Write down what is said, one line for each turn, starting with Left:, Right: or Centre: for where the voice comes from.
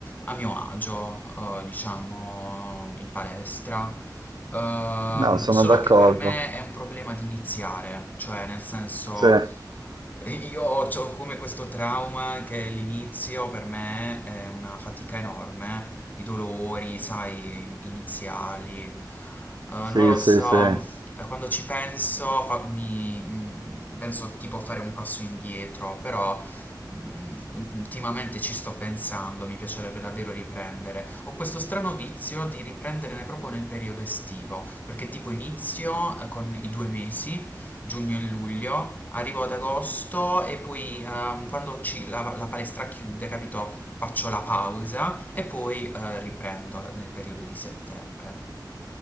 Left: a mio agio, eh, diciamo, in palestra. Ehm,
Right: No, sono
Left: solo
Right: d'accordo.
Left: che per me è un problema di iniziare, cioè nel senso
Right: Sì,
Left: io ho come questo trauma che l'inizio per me è una fatica enorme, i dolori, sai, iniziali, Eh, non
Right: sì,
Left: lo
Right: sì,
Left: so,
Right: sì.
Left: Concordo. eh, quando ci penso fa- mi- mm, penso tipo a fare un passo indietro, però mm, ultimamente ci sto pensando, mi piacerebbe davvero riprendere. Ho questo strano vizio di riprenderne proprio nel periodo estivo, perché tipo inizio eh, con i due mesi, giugno e luglio. Arrivo ad agosto e poi ehm, quando ci- la, la palestra chiude, capito, faccio la pausa e poi eh, riprendo nel periodo di settembre.